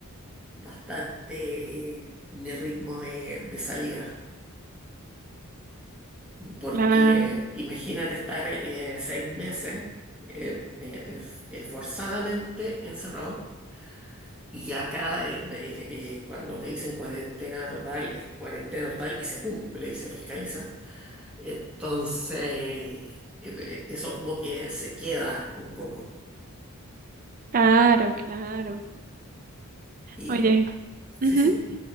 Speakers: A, in the centre; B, on the right.
A: bastante mi ritmo de, de salida. Porque
B: Claro,
A: imagínate estar eh, seis meses eh, eh, eh, forzadamente encerrado Y acá, eh, eh, eh, cuando te dicen cuarentena total, es cuarentena total y se cumple y se fiscaliza. Entonces, eh, eh, eso como que se queda un poco.
B: claro, claro.
A: Y
B: Oye, ujú.
A: sí, sí.